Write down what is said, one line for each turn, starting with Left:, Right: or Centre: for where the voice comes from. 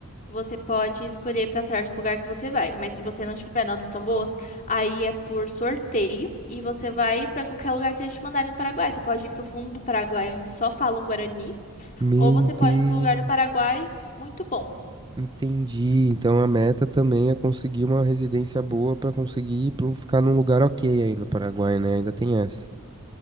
Left: você pode escolher para certo lugar que você vai. Mas se você não tiver notas tão boas, aí é por sorteio e você vai para qualquer lugar que eles te mandarem no Paraguai. Você pode ir para o fundo do Paraguai, onde só falam Guarani,
Right: meu
Left: ou você pode
Right: Deus.
Left: ir para um lugar do Paraguai muito bom.
Right: Entendi. Então a meta também é conseguir uma residência boa pra conseguir pra um, ficar num lugar ok aí no Paraguai, né? Ainda tem essa.